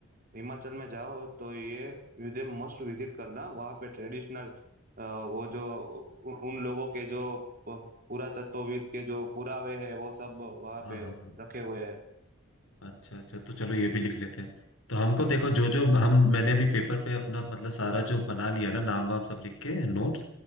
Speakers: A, on the right; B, on the left.
A: हिमाचल में जाओ तो ये म्यूजियम मस्ट विजिट करना वहाँ पे ट्रेडिशनल वो जो उ- उन लोगों के जो प- पुरातत्वविद के जो पुरावे हैं वो सब वहाँ
B: हाँ
A: पे
B: हाँ हाँ
A: रखे हुए हैं
B: अच्छा अच्छा तो चलो ये भी लिख लेते हैं तो हमको देखो जो जो हम मैंने अभी पेपर पे अपना मतलब सारा जो बना लिया ना नाम वाम सब लिख के नोट्स